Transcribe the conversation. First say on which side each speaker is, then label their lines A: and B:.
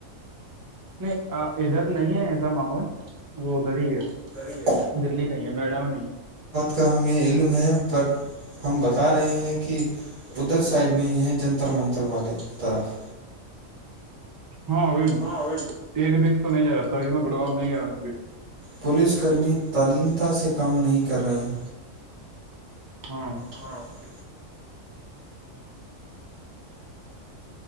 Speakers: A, on the right; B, on the right.
A: نہیں ادھر نہیں ہے ایسا ماحول وہ ادھر ہی ہے
B: دری ہے
A: دللی نہیں نوئیڈا میں نہیں
B: کا ہمیں علم ہے پر ہم بتا رہے ہیں کہ ادھر سائڈ میں ہی ہیں جنتر منتر والے طرف
A: ہاں ابھی
B: ہاں ا
A: ایک بییک تو نہیں ج رہا تھا ابھی میں گڑگاؤ نہیں آیاوں اس بی
B: پولیس کرمی تعلیمتا سے کام نہیں کر رہے ہیں
A: ہاں
B: ہاں جک